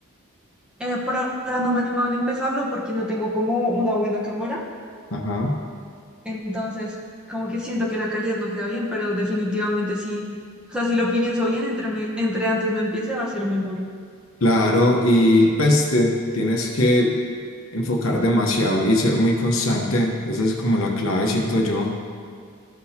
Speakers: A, in the centre; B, on the left.
A: Eh, por ahora no me animo a empezarlo porque no tengo como una buena cámara.
B: Ajá,
A: Entonces, como que siento que la calidad no queda bien, pero definitivamente sí. O sea, si lo pienso bien, entre, me- entre antes lo empiece va a ser mejor.
B: claro, y pues te- tienes que enfocar demasiado y ser muy constante, esa es como la clave, siento yo.